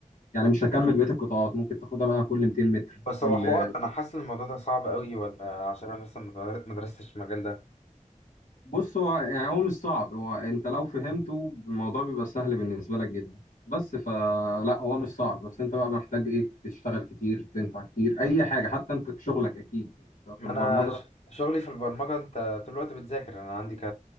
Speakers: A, on the left; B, on the left.
A: يعني مش هكمل بقيه القطاعات ممكن تاخدها بقى كل 200 متر
B: بس
A: كل
B: هو حوار انا حاسس ان الموضوع ده صعب قوي ولا عشان انا مثلا ما ما درستش المجال ده
A: بص هو يعني هو مش صعب هو انت لو فهمته الموضوع بيبقى سهل بالنسبه لك جدا بس فلا هو مش صعب بس انت بقى محتاج ايه تشتغل كتير تنفع كتير اي حاجه حتى انت في شغلك اكيد يعني
B: ما
A: في البرمجه
B: انا ش- شغلي في البرمجه انت طول الوقت بتذاكر انا عندي ك